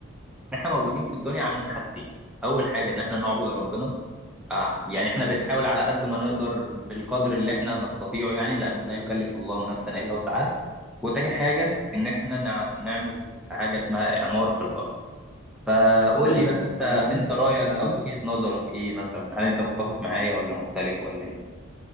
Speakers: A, in the centre; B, on the left.
A: ان احنا موجودين في الدنيا عشان حاجتين اول حاجة ان احنا نعبد ربنا آه يعني احنا
B: تمام
A: بنحاول على قد ما نقدر بالقدر اللي احنا نستطيعه يعني لان لا يكلف الله نفسا الا وسعها وتاني حاجة ان احنا نع... نعمل حاجة اسمها اعمار في الارض فقول
B: طيب
A: لي بقى
B: بص
A: انت
B: يعني
A: انت
B: انت
A: رايك
B: يعني
A: او وجهة نظرك ايه مثلا هل انت متفق معايا ولا مختلف ولا ايه